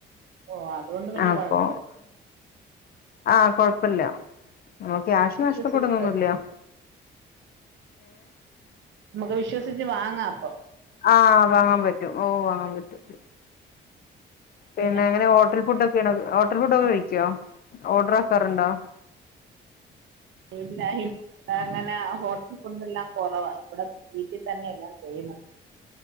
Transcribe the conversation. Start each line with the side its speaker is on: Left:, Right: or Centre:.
Right: ഓ അതുകൊണ്ട് പിന്നെ
Left: അപ്പൊ
Right: കൊഴപ്പല്ല
Left: ആ കൊഴപ്പെല്ല ആ ക്യാഷ്
Right: വിശ്വസിച്ച്
Left: നഷ്ടപ്പെടുന്നൊന്നൂല്യ
Right: മ്മക്ക് വിശ്വസിച്ച് വാങ് ങ്ങാം അപ്പം
Left: ആ വാങ്ങാൻ പറ്റും ഓ വാങ്ങാൻ പറ്റും പിന്നെങ്ങനെ
Right: പിന്നെ
Left: ഹോട്ടൽ ഫുഡ് ഹോട്ടൽ ഫുഡൊക്കെ കഴിക്യോ ഓർഡർ ആക്കാറുണ്ടോ
Right: ഇല്ലാ <unintelligible> ഇവിടെ അങ്ങനെ ഹോട്ടൽ ഫുഡ് എല്ലാം കൊറവാ. ഇവിടെ വീട്ടി തന്നെയല്ലാം ചെയ്യുന്നത്